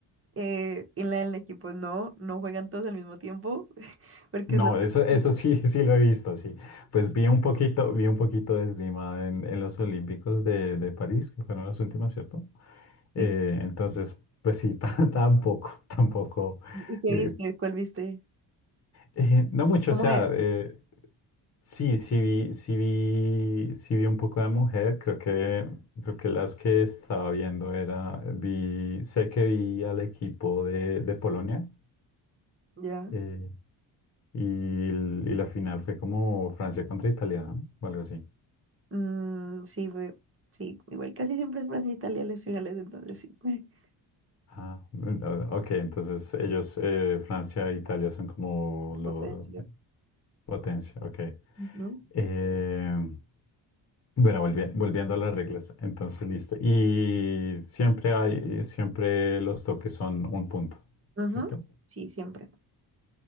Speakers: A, on the right (about 30°); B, on the left (about 40°).
A: Eh, y en la en equipos no, no juegan todos al mismo tiempo, <laughs> porque
B: No,
A: es la pregunta
B: eso, eso sí, <laughs> sí lo he visto, sí. Pues vi un poquito, vi un poquito de esgrima en, en los Olímpicos de, de París, que fueron las últimas, ¿cierto?
A: sí.
B: Eh, entonces, pues sí, <laughs> ta- tampoco, tampoco,
A: ¿Y qué
B: eh,
A: viste? ¿Cuál viste?
B: eh, no mucho,
A: ¿Cómo
B: o sea,
A: era?
B: eh, sí, sí vi, sí vi, sí vi un poco de mujer, creo que, creo que las que estaba viendo era, vi, sé que vi al equipo de, de Polonia.
A: Ya.
B: Eh, Y, l- y la final fue como Francia contra Italia, ¿no? O algo así.
A: Mm, sí, fue, sí, igual casi siempre es Francia e Italia las finales, entonces sí, <laughs>
B: Ah, mm, ah, ok, entonces ellos, eh, Francia e Italia son como lo
A: potencia.
B: potencia, ok.
A: Ujú.
B: Eh, bueno, volvi- volviendo a las reglas, entonces listo. Y siempre hay, siempre los toques son un punto,
A: Ujú,
B: ¿cierto?
A: Sí, siempre.